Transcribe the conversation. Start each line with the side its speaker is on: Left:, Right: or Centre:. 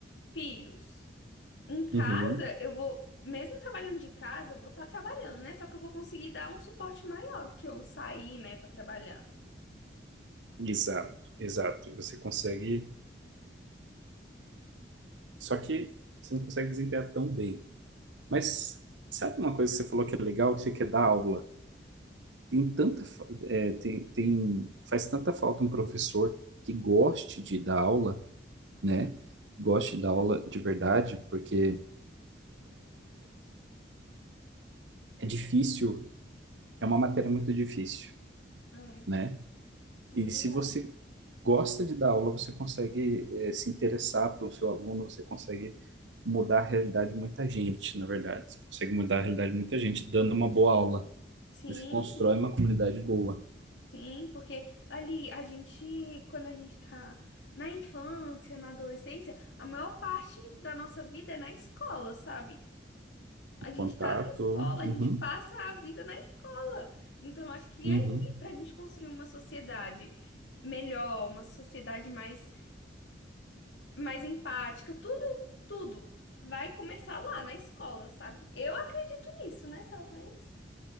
Left: filhos. Em casa,
Right: uhum,
Left: eu vou, mesmo trabalhando de casa, eu vou estar trabalhando, né? Só que eu vou conseguir dar um suporte maior do que eu sair, né, para trabalhar.
Right: exato, exato. Você consegue Só que você não consegue desempenhar tão bem. Mas sabe uma coisa que você falou que é legal, que você quer dar aula? Tem tanta, fa- é, tem, tem, faz tanta falta um professor que goste de dar aula, né? Goste
Left: Sim,
Right: de dar aula de verdade, porque é difícil, é uma matéria muito difícil,
Left: é,
Right: né?
Left: é
Right: E
Left: verdade.
Right: se você gosta de dar aula, você consegue, é, se interessar pelo seu aluno, você consegue mudar a realidade de muita gente, na verdade. Você consegue mudar a realidade de muita gente dando uma boa aula.
Left: Sim,
Right: Você constrói uma comunidade boa.
Left: sim, porque ali a gente, quando a gente tá na infância, na adolescência, a maior parte da nossa vida é na escola, sabe? A gente
Right: Contato.
Left: tá na escola, a
Right: Uhum.
Left: gente passa a vida na escola. Então, acho que
Right: Uhum.
Left: é ali, pra gente construir uma sociedade melhor, uma sociedade mais mais empática, tudo, tudo vai começar lá na escola, sabe? Eu acredito nisso, né? Talvez.